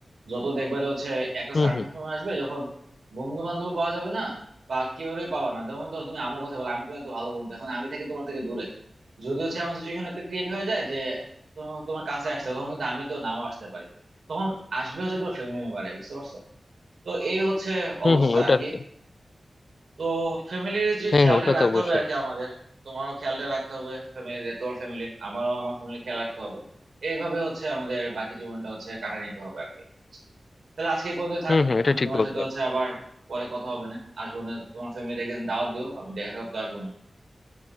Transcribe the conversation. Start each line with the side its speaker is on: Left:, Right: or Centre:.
Right: যত দেখবা যে হচ্ছে একটা
Left: হম
Right: সার্টেন
Left: হম
Right: সময় আসবে যখন বন্ধু বান্ধব পাওয়া যাবে না বা কেউরে পাওয়া না যেমন ধরো তুমি আমার কথা বলো আমি তোমার এত ভালো বন্ধু এখন আমি থাকি তোমার থেকে দূরে যদি হচ্ছে এমন সিচুয়েশন একটা ক্রিয়েট হয়ে যায় যে তোমার তোমার কাছে আসতে হবে, তখন কিন্তু আমি তো নাও আসতে পারি তখন আসবে হচ্ছে তোমার ফ্যামিলি মেম্বারে বুঝতে পারছো তো এই হচ্ছে
Left: হম
Right: অবস্থা
Left: হম ওটা
Right: আর
Left: আর
Right: কি
Left: কি
Right: তো ফ্যামিলির যে
Left: হ্যাঁ
Right: খেয়ালটা
Left: হ্যাঁ, ওটা
Right: রাখতে
Left: তো অবশ্যই
Right: হবে আর কি আমাদের তোমারও খেয়ালটা রাখতে হবে ফ্যামিলির তোমার ফ্যামিলি আমারও আমার ফ্যামিলি খেয়াল রাখতে হবে এইভাবে হচ্ছে আমাদের বাকি জীবনটা হচ্ছে কাটা নিতে হবে আর কি তাহলে আজকে এই পর্যন্ত থাক
Left: হম হম এটা
Right: আমি
Left: ঠিক
Right: তোমার
Left: বলছো
Right: সাথে হচ্ছে আবার পরে কথা হবে না আসবো না তোমার ফ্যামিলি একদিন দাওয়াত দিও আমি দেখা করতে আসবো না